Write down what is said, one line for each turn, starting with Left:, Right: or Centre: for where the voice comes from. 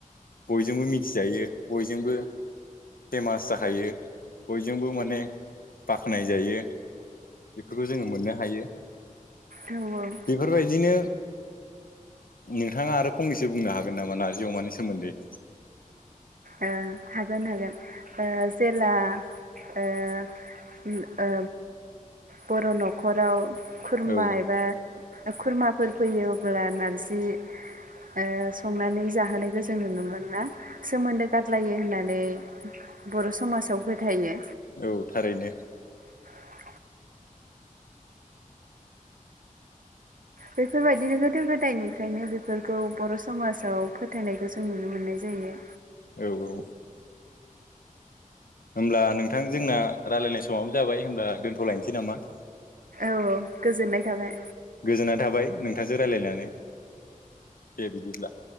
Left: बयजोंबो मिथिजायो बयजोंबो फेमास जाखायो बयजोंबो माने बाख्नाय जायो। खौ जोङो मोननो हायो।
Right: औ औ
Left: बेफोरबायदिनो नोंथाङा आरो फंनैसो बुंनो हागोन नामा नार्जि अमानि सोमोन्दै?
Right: ओ हागोन हागोन ओ जेला ओ उम ओ बर' नखराव खुरमा
Left: औ
Right: एबा खुरमाफोर फैयो अब्ला नारजि ओ संनानै जाहोनायखौ जों नुनो मोन ना सोमोन्दो गारलायो होननानै बर समाजाव फोथायो।
Left: औ थारैनो
Right: <unintelligible> बैफोरबायदिनो गोदो गोदायनिफ्रायनो बेफोरखौ बर समाजाव फोथायनायखौ जों नुनो मोननाय जायो।
Left: औ औ होमब्ला नोंथां जोंना रायलायनाय समाबो जाबाय होमब्ला दोनथ लायनोसै नामा?
Right: औ गोजोननाय थाबाय।
Left: गोजोनाय थाबाय नोंथांजों रायलायनानै दे बिदिब्ला।